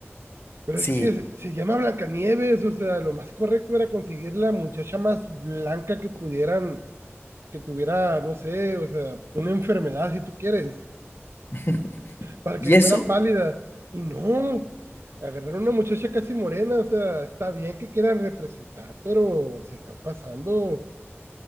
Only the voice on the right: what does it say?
<laughs> Pero
es que se, se llama Blancanieves, o sea, lo más correcto era conseguir la muchacha más blanca que pudieran, que tuviera, no sé, o sea, una enfermedad si tú quieres.
para
que fuera
pálida. Y no, agarraron una muchacha casi morena, o sea, está bien que quieran representar, pero se están pasando.